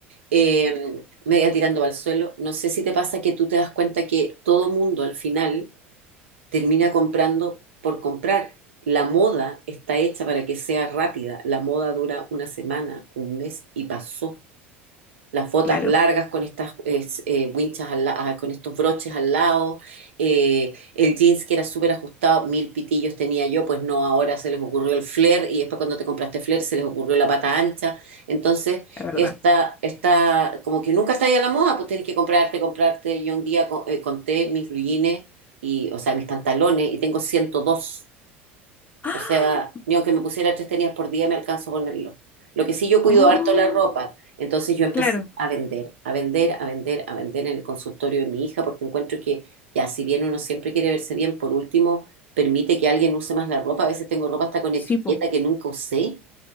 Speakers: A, on the right; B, on the left.
A: eh, media tirando para el suelo, no sé si te pasa que tú te das cuenta que todo mundo al final termina comprando por comprar. La moda está hecha para que sea rápida. La moda dura una semana, un mes y pasó. las botas
B: claro,
A: largas con estas es, eh, winchas al la- ah, con estos broches al lado, eh, el jeans que era súper ajustado, mil pitillos tenía yo, pues no, ahora se les ocurrió el flare y después cuando te compraste flare se les ocurrió la pata ancha, entonces
B: la verdad.
A: esta, esta como que nunca está ahí a la moda, pues tenés que comprarte, comprarte, yo un día co- eh, conté mis blue jeans y, o sea, mis pantalones y tengo ciento dos
B: ¡Ah!
A: o sea, ni aunque me pusiera tres tenis por día me alcanzo a ponerlo. Lo que sí yo cuido
B: ¡Oh!
A: harto la ropa. Entonces yo empecé
B: Claro,
A: a vender, a vender, a vender, a vender en el consultorio de mi hija porque encuentro que ya si bien uno siempre quiere verse bien, por último, permite que alguien use más la ropa. A veces tengo ropa hasta con etiqueta
B: sí, po,
A: que nunca usé